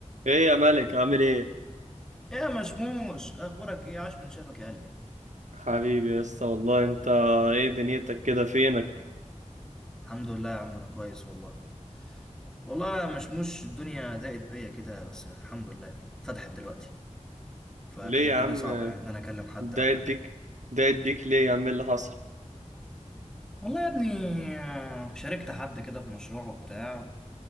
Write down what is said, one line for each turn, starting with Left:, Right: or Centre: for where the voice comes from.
Right: ايه يا ملك عامل ايه
Centre: ايه يا مشموش اخبارك ايه عاش من شافك يا قلبي
Right: حبيبي يا اسطى والله انت ايه دنيتك كده فينك
Centre: الحمد لله يا عم انا كويس والله والله يا مشموش الدنيا ضاقت بيا كده بس يعني الحمد لله فتحت دلوقتي فكانت
Right: ليه
Centre: الدنيا
Right: يا عم
Centre: صعبة يعني ان انا اكلم حد
Right: دايت
Centre: او حاجة
Right: بيك دايت بيك ليه يا عم اللي حصل
Centre: والله يا ابني آه، شاركت حد كده في مشروع وبتاع